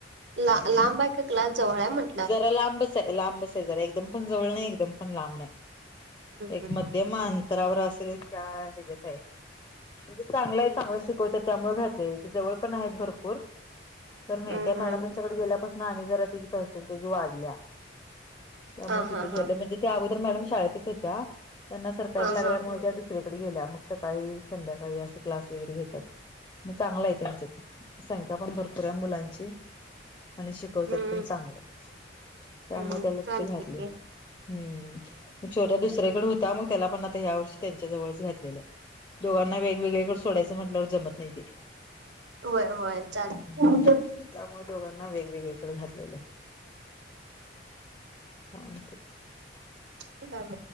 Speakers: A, on the right; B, on the left.
A: ला लांबा क क्लास जवळ आहे म्हणल
B: जरा लांबच आहे लांबच आहे जरा एकदम पण जवळ नाही एकदम पण लांब नाही
A: हम्म
B: एक म उदम अंतरावर असेल का हच्यात आहे म्हणजे चांगलं आहे चांगलं शिक त्यामुळे घातले जवळ पण भरपूर नाही
A: हम्म
B: त्या मॅडमच्याकडे गेल्यास मग आणि जरा त्या पर्सेंटेज त्या वाढल्या त्यामुळे
A: हा
B: तिथे
A: हा हा
B: घातलय म्हणजे त्या अगोदर मॅडम शाळेतच होत्या त्यांना सरकारी
A: हा
B: लागल्यामुळे
A: हा
B: त्या दुसरीकडे गेल्या मग सकाळी, संध्याकाळी असं क्लास वगैरे घेतात. मग चांगला आहे त्यांच्यात संख्या पण भरपूर आहे मुलांची आणि शिकवतात
A: हम्म
B: पण चांगलं त्यामुळे
A: हम्म
B: त्याला
A: चालते
B: तिथं घातले
A: की.
B: हम्म छोटा दुसऱ्याकडे होता मग त्याला पण आता ह्या वर्षी त्यांच्या जवळच घातलेलं आहे. दोघांना वेगवेगळेकडे सोडायं म्हटवर जत नाही ते
A: होय होय चालत
B: हम्म त्यामुळे दोघांना वेगवेगळीकडे घातलेलं आहे सांगते
A: होतल